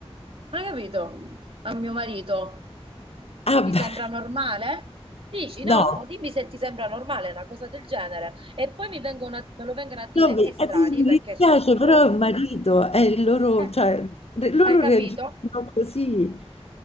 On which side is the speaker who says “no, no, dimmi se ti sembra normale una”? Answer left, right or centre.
Right